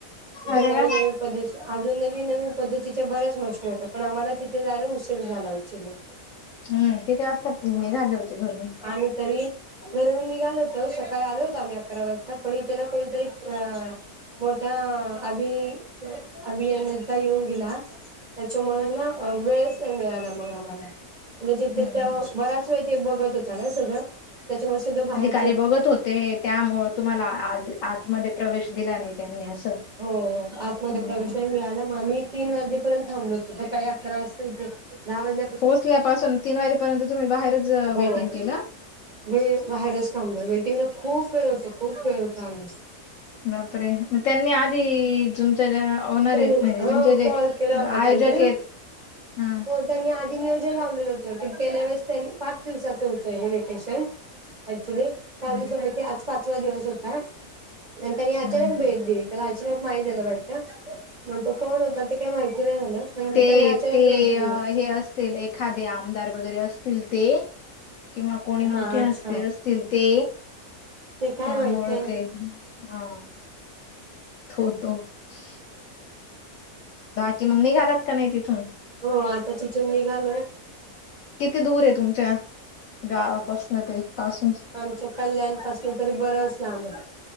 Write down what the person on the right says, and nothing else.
तिथे
नवीन
नवीन. <unintelligible> अजून नवीन नवीन पद्धतीच्या बऱ्याच मशनी होत्या, पण आम्हाला तिथे जायला उशीर झाला. <unintelligible>
आणि तरी. घरून निघालो होतो सकाळी आलो होतो आम्ही अकरा वाजता, पण इथे ना कुणीतरी अ मोठा, अभि अभियता येऊन गेला. त्याच्यामुळे ना वेळच नाही मिळाला मग आम्हाला. म्हणजे जेथं
त्या
बराच वेळ ते बघत होता ना सगळं, त्याच्यामुळे सगळं बाहेर
होओ, आतमध्ये
प्रवेश नाही मिळाला मग आम्ही तीन वाजेपर्यंत थांबलोतो, सकाळी अकरा वासता इथे दहा वाजल्या
हो
वेळ बाहेरच थांबलो, वेटिंगला खूप वेळ होतं खूप वेळ होता आणि
त्यांनी
हा
कॉल केला होता
त्यांनी
हो त्यांनी आधी नियोजन लावलेलं होतं की, पैल्या वेळेस त्यां पाच दिवसांचं होतं हे वेकेशन. क्च्युली पाच
दिवसापैकी आज पाचवा दिवस होता आणि त्यांनी अचानक
भेट दिली. त्याला अचानक माहीत झालं वाटतं, मग तो कोण होता ते काही माहिती नाही झालं. पण
त्यांनी अचानक
भेट दिली
हा
अच्छा
ते काय
माहित नाही
हो, आता तिथून निघालो
ते मच्या कल्याणपासून तरी बरंच लांबय,